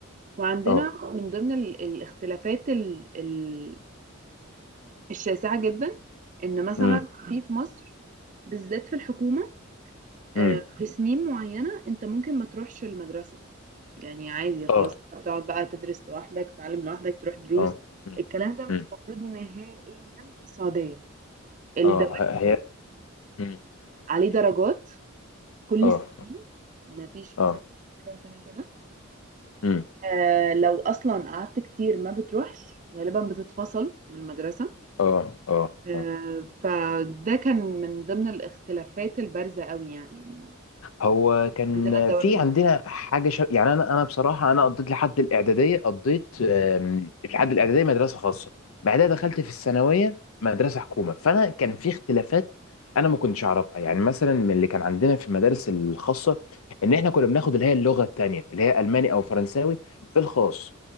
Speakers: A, on the right; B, on the left.
A: وعندنا
B: اه
A: من ضمن ال... الاختلافات ال... ال... الشاسعة جدا ان مثلا
B: امم
A: في في مصر بالذات في الحكومة آه،
B: أمم،
A: في سنين معينة انت ممكن ما تروحش المدرسة يعني عادي خلاص
B: اه
A: انت بتقعد بقى تدرس لوحدك تتعلم لوحدك تروح دروس
B: اه أمم،
A: الكلام ده مش
B: أمم،
A: موجود نهائيا في السعودية الدوام
B: اه هي أمم،
A: عليه
B: أمم،
A: درجات كل
B: اه
A: السنين ما فيش
B: اه
A: مثلا كده وسنة كده
B: أمم،
A: آه لو اصلا قعدت كتير ما بتروحش غالبا بتتفصل من المدرسة
B: اه أمم، اه
A: آه
B: اه
A: فده كان من ضمن الاختلافات البارزة قوي يعني انه
B: هو كان
A: عندنا الدوام
B: في
A: اجباري
B: عندنا حاجه ش... يعني انا انا بصراحه انا قضيت لحد الاعداديه قضيت آم، لحد الاعداديه مدرسه خاصه بعدها دخلت في الثانويه مدرسه حكومه فانا كان في اختلافات انا ما كنتش اعرفها يعني مثلا من اللي كان عندنا في المدارس الخاصه ان احنا كنا بناخد اللي هي اللغه التانيه اللي هي الماني او فرنساوي في الخاص